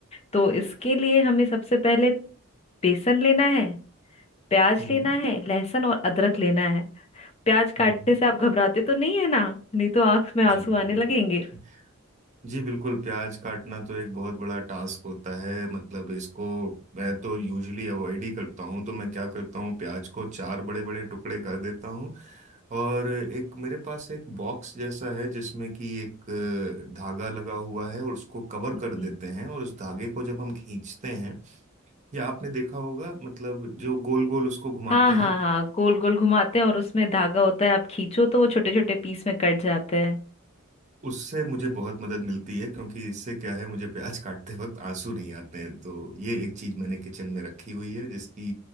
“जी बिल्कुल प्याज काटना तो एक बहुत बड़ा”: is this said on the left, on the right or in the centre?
Right